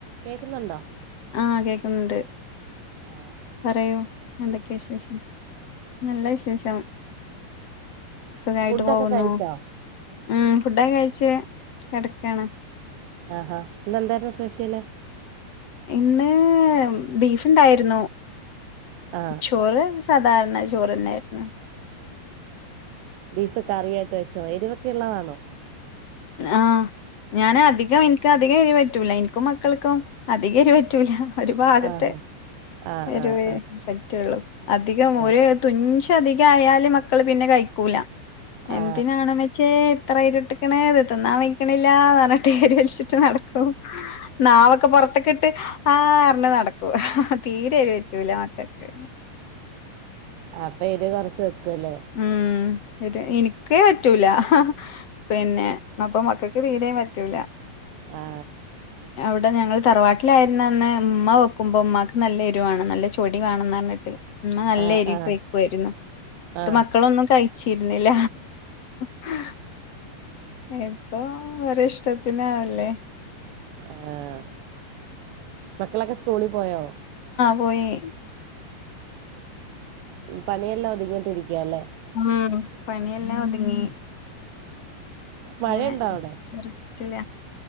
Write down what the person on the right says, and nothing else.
കേക്കുന്നുണ്ടോ
ആ
ഫുഡൊക്കെ
കഴിച്ചോ
ആ ആ ഇന്നെന്തായിരുന്നു സ്പെഷ്യല്
ആ
ബീഫ് കറി ആയിട്ട് വെച്ചൊ എരിവൊക്കെ ഉള്ളതാണോ
ആഹാ ആ
ആ ആ
ആ
ആ
അപ്പൊ എരിവ് കൊറച്ച് വെക്കുവല്ലേ
ആ
ആ
ആ
ആ ആ
ആഹ് മക്കളൊക്കെ സ്കൂളിൽ പോയോ?
പണിയെല്ലാം ഒതുങ്ങീട്ടിരിക്കാല്ലെ?
മഴയുണ്ടോ
അവിടെ